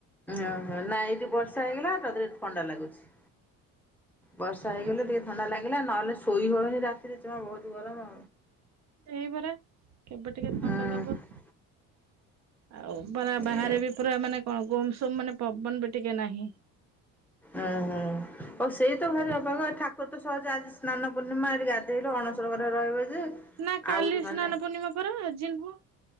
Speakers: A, in the centre; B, on the right.
A: ଓହୋ, ନାଇ ଏଇ ବର୍ଷା ହେଇଗଲା ତା ଦେହରେ ଥଣ୍ଡା ଲାଗୁଛି। ବର୍ଷା ହେଇଗଲେ
B: ଅଛି
A: ଟିକେ ଥଣ୍ଡା ଲାଗିଲା। ନହେଲେ ଶୋଇ ହଉନି ରାତିରେ ଜମା ବହୁତ ଗରମ
B: ଏଇପରା କେବେ ଟିକେ ଥଣ୍ଡା
A: ହୁଁ
B: ଦବ? ଆଉ ପରା ବାହାରେ
A: ଏ
B: ବି ପୁରା ମାନେ କଣ ଗୋମ୍ ସୋମ୍ ମାନେ ପବନ ବି ଟିକେ ନାହିଁ।
A: ଓଁ ହଁ ଓ ସେଇ ତ ଘରେ ଅବାଗା ଠାକୁର ତ ସହଜ ଆଜି ସ୍ନାନ ପୂର୍ଣ୍ଣିମା ଗାଧେଇଲେ ଅଣସର ଘରେ ରହିବ ଯେ,
B: ନା କାଲି
A: ଆହୁରି ମାନେ
B: ସ୍ନାନ ପୂର୍ଣ୍ଣିମା ପରା ଆଜି ନୁହଁ